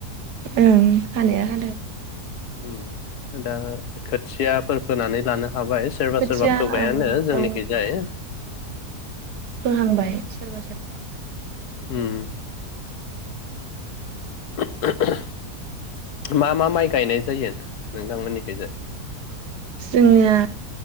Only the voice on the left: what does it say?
उम दा खोथियाफोर फोनानै लानो हाबाय। सोरबा
सोरबा फोबायानो
जोंनिखैजाय।
उम। <unintelligible> मा मा माइ गायनाय जायो नोंथांमोननिखिजाय